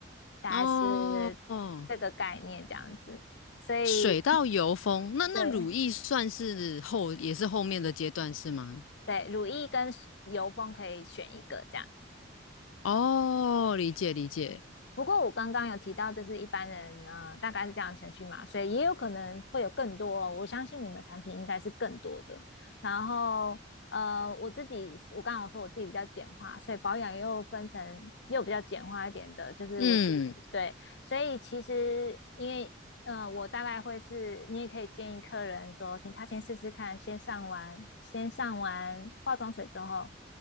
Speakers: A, on the left; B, on the left.
A: 大概是
B: 哦哦，
A: 这个概念这样子。所以，
B: 水到油封，那那乳液算是后，
A: 对，
B: 也是后面的阶段是吗？
A: 对，乳液跟油封可以选一个这样。
B: 哦，理解理解，
A: 不过我刚刚有提到，这是一般人，呃，大概是这样的程序嘛，所以也有可能会有更多哦。我相信你们产品应该是更多的。然后，呃，我自己，我刚刚有说我自己比较简化，所以保养又分成又比较简化一点的，就是我自己对。
B: 嗯
A: 所以其实因为，呃，我大概会是，你也可以建议客人说，你他先试试看，先上完，先上完化妆水之后，